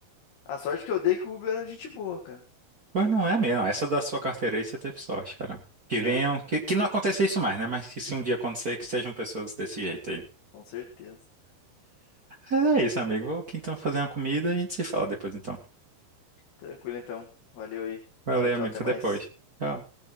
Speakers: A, on the left; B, on the right.
A: A sorte que eu dei que o Uber era gente boa, cara.
B: Pois não é a minha, não. Essa da sua carteira aí você teve sorte, cara. Que venham,
A: Aham,
B: que, que não aconteça isso mais, né? Mas que se um dia acontecer, que sejam pessoas desse jeito aí.
A: com certeza.
B: Mas é isso, amigo. Vou aqui então fazer uma comida e a gente se fala depois então.
A: Tranquilo então, valeu aí.
B: Valeu,
A: Tchau, tchau,
B: amigo.
A: até
B: Até
A: mais.
B: depois. Tchau.